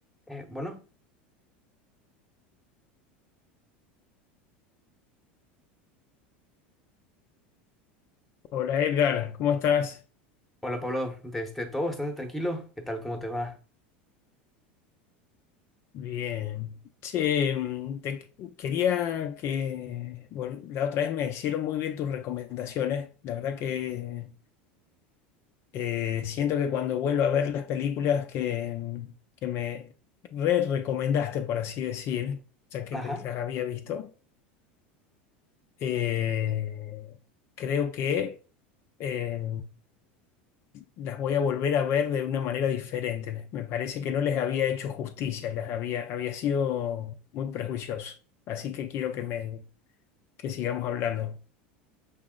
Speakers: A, in the centre; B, on the left (about 50°).
A: Eh, bueno,
B: Hola Edgar, ¿cómo estás?
A: hola Pablo, desde todo bastante tranquilo. ¿Qué tal? ¿Cómo te va?
B: Bien. Che, mm, te quería que vol- la otra vez me hicieron muy bien tus recomendaciones. La verdad que eh, siento que cuando vuelvo a ver las películas que, mm, que me re recomendaste, por así decir, ya que
A: Ajá,
B: las había visto, eh, creo que eh, las voy a volver a ver de una manera diferente. Me me parece que no les había hecho justicia, las había, había sido muy prejuicioso. Así que quiero que me que sigamos hablando.